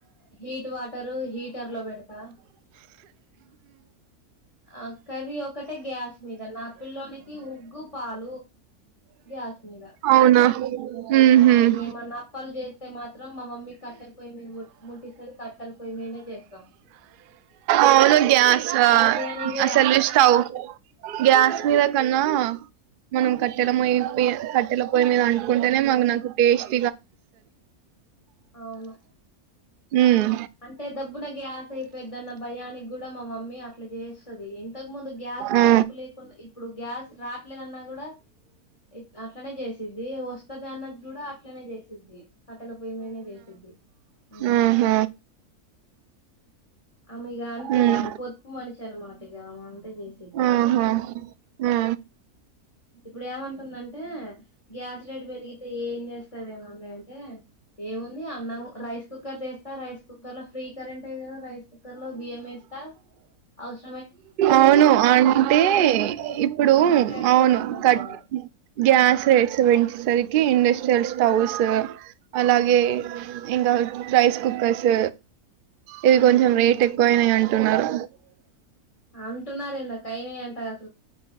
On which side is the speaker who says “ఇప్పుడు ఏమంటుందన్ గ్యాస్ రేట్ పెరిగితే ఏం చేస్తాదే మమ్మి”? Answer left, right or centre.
Left